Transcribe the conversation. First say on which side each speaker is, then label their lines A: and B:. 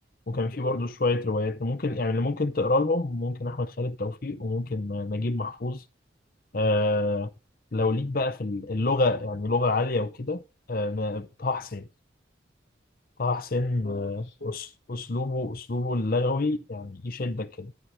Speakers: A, on the left; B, on the left.
A: وكان في
B: اه
A: برضه شويه روايات ممكن يعني اللي ممكن تقرا لهم ممكن احمد خالد توفيق وممكن آه، نجيب محفوظ آه، لو ليك بقى في اللغه يعني لغه عاليه وكده آه، طه حسين طه حسين
B: اه
A: آه،
B: شيء.
A: أس- أسلوبه أسلوبه اللغوي يعني يشدك كده